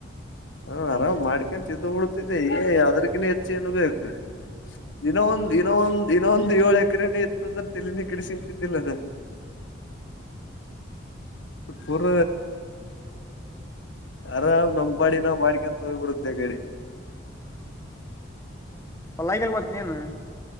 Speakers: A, on the left; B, on the left.
A: ಹಾ ಆರಾಮ್ ಮಾಡ್ಕೊಂತ ಇದ ಬಿಡ್ತಿದ್ದೆ ಏ ಅದ್ರಗ ಇ ನು ಬೇಕು ದಿನ ಒಂದು ದಿನ ಒಂದು ದಿನೊಂದು ಏಳ. ಎಕ್ರರೆನನೆ ಇತ್ತುತ್ತಂದ್ರೆ ತಲನೇ ಕಿಡಿಸಿಂತಿದ್ದಿಲ್ಲ ಪರ. ಆರಾಮ್ ನಮ್ಡಿ ನಾವ್ ಮಾಡ್ಕೊಂತ ತ ಹೋಗ್ಬ ಬಿಡುತ್ತೆ ಗಡೆ
B: ಮಲಗಲ್ ಮತ್ತ ನೀನ್.